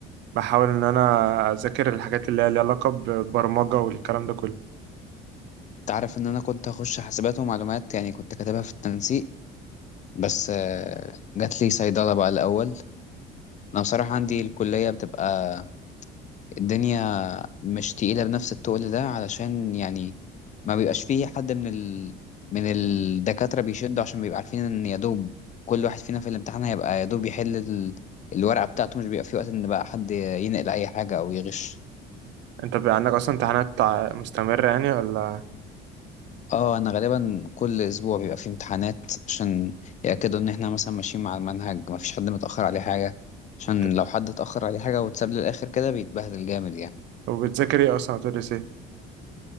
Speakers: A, on the right; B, on the left.
A: بحاول ان انا اذاكر الحاجات اللي هي ليها علاقة ببرمجة والكلام ده كله
B: انت عارف ان انا كنت هخش حاسبات ومعلومات يعني كنت كاتبها في التنسيق بس آه، جات لي صيدله بقى الاول انا بصراحه عندي الكليه بتبقى الدنيا مش تقيلة بنفس التقل ده علشان يعني ما بيبقاش فيه حد من ال... من الدكاترة بيشدوا عشان بيبقى عارفين ان يا دوب كل واحد فينا في الامتحان هيبقى يا دوب يحل ال... الورقة بتاعته مش بيبقى فيه وقت ان بقى حد ينقل اي حاجة او يغش
A: انت بقى عندك اصلا امتحانات ع- مستمرة يعني ولا
B: اه انا غالبا كل اسبوع بيبقى فيه امتحانات عشان يأكدوا ان احنا مثلا ماشيين مع المنهج ما فيش حد متأخر عليه حاجة عشان
A: انت-
B: لو حد اتأخر عليه حاجة واتساب للآخر كده بيتبهدل جامد يعني
A: وبتذاكر ايه اصلا بتدرس ايه